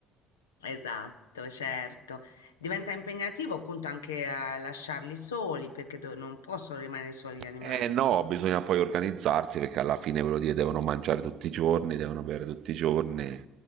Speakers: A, on the left; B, on the right.
A: Esatto, certo. Diventa impegnativo appunto anche a lasciarli soli perché do- non possono rimanere soli gli animali.
B: Eh no, bisogna poi organizzarsi perché alla fine ve lo dire, devono mangiare tutti i giorni, devono bere tutti i giorni